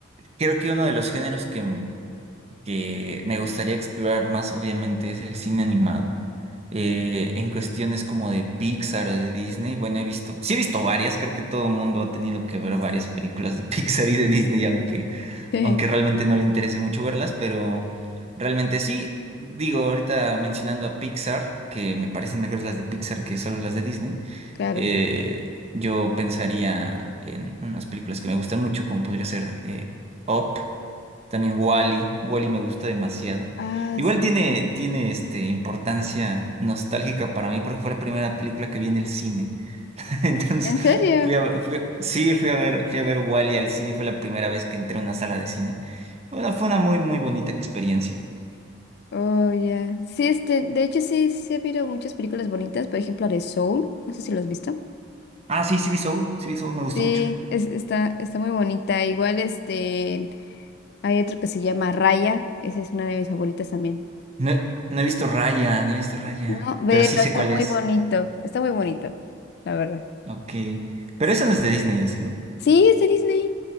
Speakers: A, on the right; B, on the left.
A: Creo que uno de los géneros que que me gustaría explorar más, obviamente, es el cine animado. Eh, en cuestiones como de Pixar o de Disney, bueno, he visto, sí he visto varias, creo que todo el mundo ha tenido que ver varias películas de <laughs> Pixar y de Disney, aunque,
B: <laughs>
A: aunque realmente no le interese mucho verlas, pero realmente sí, digo, ahorita mencionando a Pixar, que me parecen mejores las de Pixar que solo las de Disney,
B: Claro.
A: eh, yo pensaría en unas películas que me gustan mucho, como podría ser eh, Up. También Wally. Wally me gusta demasiado.
B: Ah,
A: Igual
B: sí.
A: tiene, tiene este, importancia nostálgica para mí porque fue la primera película que vi en el cine. <laughs> Entonces,
B: ¿En serio?
A: fui a, fui a- sí, fui a ver, fui a ver Wally al cine. Fue la primera vez que entré a una sala de cine. Bueno, fue una muy, muy bonita experiencia.
B: Oh, ya. Sí, este, de hecho sí sí ha habido muchas películas bonitas, por ejemplo, la de Soul, no sé si lo has visto.
A: Ah, sí, sí vi Soul. Sí vi Soul, me gustó
B: Sí,
A: mucho.
B: es, está está muy bonita. Igual este hay otro que se llama Raya, esa es una de mis favoritas también.
A: No, he no he visto Raya, no he visto Raya.
B: No, vela,
A: Pero sí sé
B: está
A: cuál
B: muy
A: es.
B: bonito, está muy bonito, la verdad.
A: Ok. Pero
B: Sí.
A: esa no es de Disney, ¿o sí?
B: Sí, es de Disney.